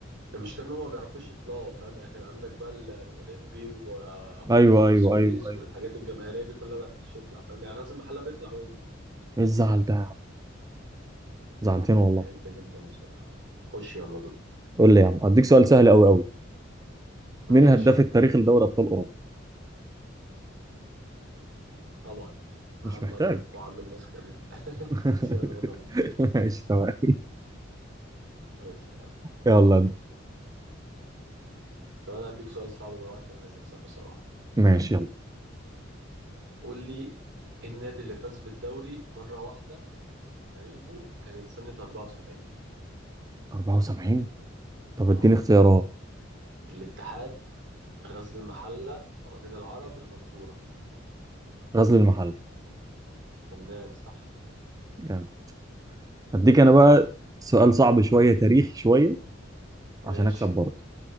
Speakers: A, on the right; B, on the right.
A: المشكلة إن هما ما بيعرفوش يطلعوا فاهم يعني كان عندك بقى ال- الأولمبي ومنتخب
B: ايوه ايوه
A: السويس
B: ايوه ايوه
A: والحاجات الجماهيرية دي كلها ما بيعرفوش يطلع فاهم يعني غازي المحلة بيطلع وينزل
B: ايه الزعل ده يا عم زعلتني والله
A: زعلت جدا بصراحة خش يلا دور
B: قول لي يا عم اديك سؤال سهل قوي قوي مين
A: ماشي
B: الهداف التاريخي لدوري ابطال اوروبا
A: طبعا
B: مش
A: عمك
B: محتاج
A: وعم الناس كلها <laughs>
B: <laughs>
A: كريستيانو رونالدو
B: ماشي تمام
A: ماشي يا عم
B: يلا انت.
A: طب أنا هديك سؤال صعب بقى عشان عايز أكسب بصراحة
B: ماشي يلا
A: قول لي إيه النادي اللي فاز بالدوري مرة واحدة في تاريخه وكانت سنة 74
B: 74 طب اديني
A: اه
B: اختيارات
A: الاتحاد غزل المحلة مقاولين العرب المنصورة
B: غزل المحل
A: فنان صح
B: جامد. اديك انا بقى سؤال صعب شويه تاريخي شويه
A: ماشي
B: عشان اكسب برضه